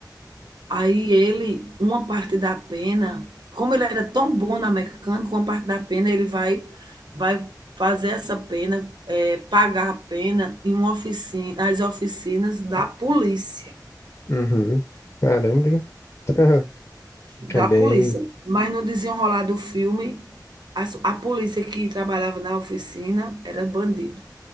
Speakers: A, on the right; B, on the left.
A: Aí ele, uma parte da pena, como ele era tão bom na mecânica, uma parte da pena ele vai vai fazer essa pena, eh, pagar a pena em uma oficina, nas oficinas da polícia,
B: Uhum. Caramba, hein? <laughs>
A: da
B: É bem.
A: polícia. Mas no desenrolar do filme, as a polícia que trabalhava na oficina era bandido.